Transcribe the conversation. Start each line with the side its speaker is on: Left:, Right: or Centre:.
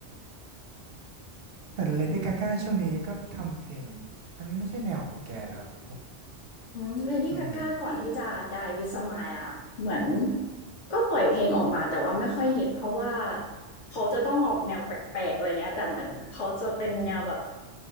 Right: แต่เลดี้กาก้าช่วงนี้ก็ทำเพลงอันนี้ไม่ใช่แนวของแกเหรอครับพวก
Left: อืม Lady
Right: ช่วงนี้
Left: Gaga ก่อนที่จะ Die with Smile อะค่ะเหมือนก็ปล่อยเพลงออกมาแต่ว่าไม่ค่อยฮิตเพราะว่าเขาจะต้องออกแนวแปลกๆอะไรเงี้ยแต่เหมือนเขาจะเป็นแนวแบบ
Right: อืม